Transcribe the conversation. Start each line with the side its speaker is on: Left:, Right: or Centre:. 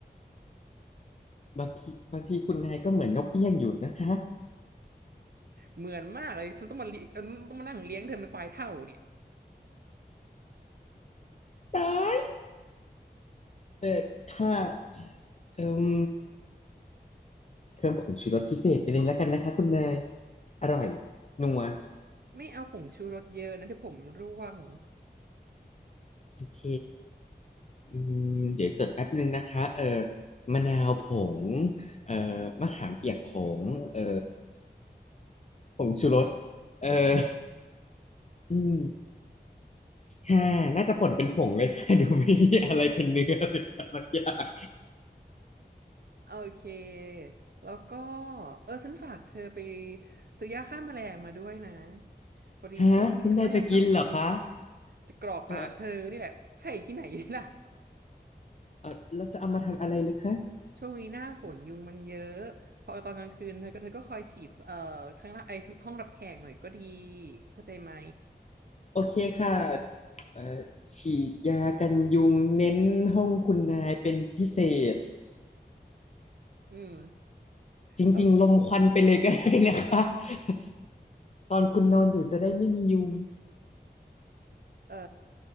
Left: บางทีบางทีคุณนายก็เหมือนนกเอี้ยงอยู่นะคะ
Right: เหมือนมากเลยฉันต้องมาเลี้ยเอิ่มต้องมานั่งเลี้ยงเธอเป็นควายเท่าเนี่ย
Left: ตายเออค่ะเอิ่มเพิ่มผงชูรสพิเศษไปเลยแล้วกันนะคะคุณนายอร่อยนัว
Right: ไม่เอาผงชูรสเยอะนะเดี๋ยวผมร่วง
Left: โอเคอืมเดี๋ยวจดแป๊บนึงนะคะเออมะนาวผงเออมะขามเปียกผงเออผงชูรสเอออืมค่ะน่าจะป่นเป็นผงเลย <laughs> ค่ะ <laughs> ดูไม่มีอะไรเป็นเนื้อเลยค่ะสักอย่าง
Right: โอเคแล้วก็เออฉันฝากเธอไปซื้อยาฆ่าแมลงมาด้วยนะพอดีช่วงนี้ฉันว่ายาฆ่า
Left: ฮะคุณนายจะกินเหรอคะ
Right: สกรอกปากเธอนี่แหละใช่ที่ไหน
Left: เออ
Right: <laughs> ล่ะ
Left: เออแล้วจะเอามาทำอะไรเลยคะ
Right: ช่วงนี้หน้าฝนยุงมันเยอะพอตอนกลางคืนเธอก็เธอก็คอยฉีดเอ่อข้างล่างไอห้องรับแขกหน่อยก็ดีเข้าใจไหม
Left: โอเคค่ะเออฉีดยากันยุงเน้นห้องคุณนายเป็นพิเศษ
Right: อืม
Left: จริงๆ
Right: แล้ว
Left: ลมควันไปเลยก็ได้นะคะ <laughs> ตอนคุณนอนอยู่จะได้ไม่มียุง
Right: เอ่อ